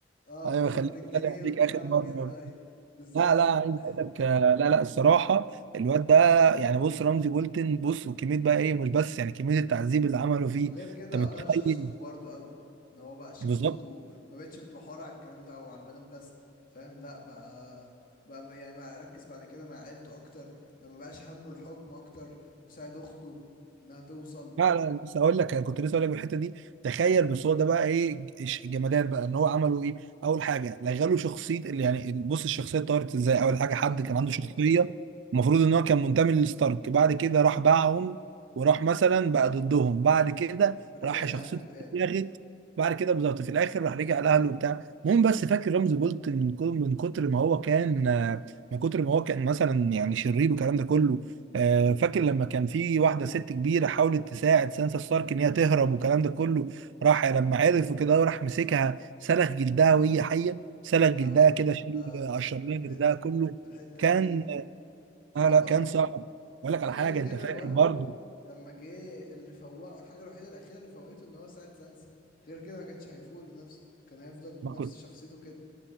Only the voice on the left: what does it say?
اه
بالظبط
الجنيه
وبتاع
وكده ايوه بالظبط
<laughs>
وغير كده
غير شخصيته برضو قوي ان هو بقى شخصيته
ما بقتش متمحورة على الكلام ده او على البنات بس فاهم لا بقى بقى م- يعني بقى ركز بعد كده مع عيلته اكتر ما بقاش همه الحكم اكتر وساعد اخته انها توصل
اه
بالظبط
رجع
لاهله
تاني
اه
اه انت فكرتني
الحتة
دي صعبة
قوي
وغير
كده
برضو
لما جه اللي فوقه الحاجة الوحيدة الأخيرة اللي فوقته إن هو ساعد سانسا غير كده ما كانش هيفوق لنفسه كان هيفضل
نفس
شخصيته كده